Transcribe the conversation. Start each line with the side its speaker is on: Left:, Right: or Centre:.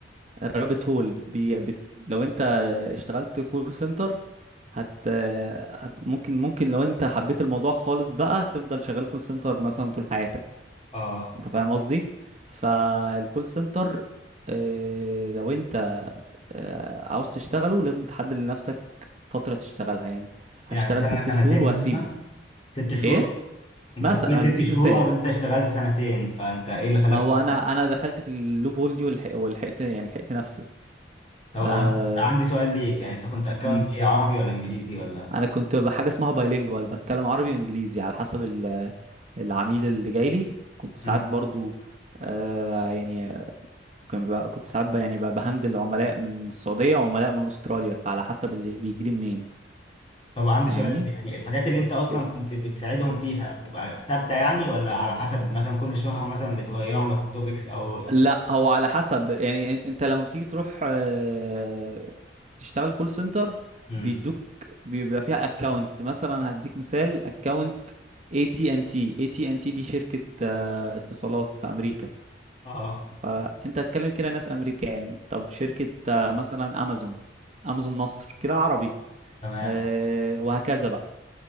Right: الرابت هول بي... بت... لو انت اشتغلت كول سنتر هت... هت ممكن ممكن لو انت حبيت الموضوع خالص بقى تفضل شغال كول سنتر مثلا طول حياتك
Left: اه
Right: انت فاهم قصدي فالكول سنتر آه، لو انت آه، عاوز تشتغله لازم تحدد لنفسك فترة تشتغلها يعني هشتغل
Left: يعني سنه
Right: ست
Left: سنتين
Right: شهور وهسيبه
Left: مثلا ست شهور
Right: ايه
Left: انت
Right: مثلا
Left: بتقولي
Right: انا
Left: ست
Right: بديك
Left: شهور
Right: مثال
Left: وانت اشتغلت سنتين فانت ايه اللي خلاك
Right: ما هو انا انا دخلت في اللوب هول دي والحق والحقت يعني حقت نفسي
Left: طب
Right: آه
Left: انا عندي سؤال ليك يعني انت كنت اكونت
Right: مم.
Left: ايه عربي ولا انجليزي ولا
Right: انا كنت بحاجة اسمها بايلينجوال بتكلم عربي وانجليزي على حسب ال- العميل اللي جاي لي كنت ساعات
Left: مم.
Right: برضو آه يعني كان بقى كنت ساعات بقى يعني بقى بهندل عملاء من السعودية وعملاء من أستراليا فعلى حسب اللي بيجي لي منين
Left: طب عندي
Right: فاهمني
Left: سؤال يعني الحاجات اللي انت اصلا
Right: اوكي
Left: كنت بتساعدهم فيها بتبقى ثابته يعني ولا على حسب مثلا كل شهر مثلا بتغير لك توبكس او يعني
Right: لا هو على حسب يعني إن- انت لما بتيجي تروح آه، تشتغل كول سنتر
Left: امم
Right: بيدوك بيبقى فيها اكونت مثلا هديك مثال اكونت اي تي ان تي اي تي ان تي دي شركة آه، اتصالات في امريكا
Left: اه
Right: فانت هتكلم كده ناس امريكان طب شركة آه، مثلا امازون امازون مصر كده عربي
Left: تمام
Right: آه، وهكذا بقى